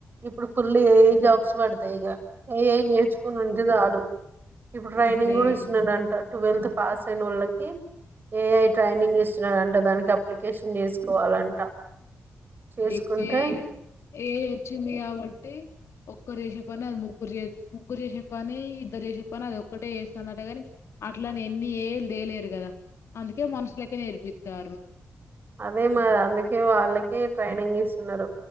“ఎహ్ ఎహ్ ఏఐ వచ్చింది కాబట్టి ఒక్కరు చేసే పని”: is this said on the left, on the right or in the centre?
Left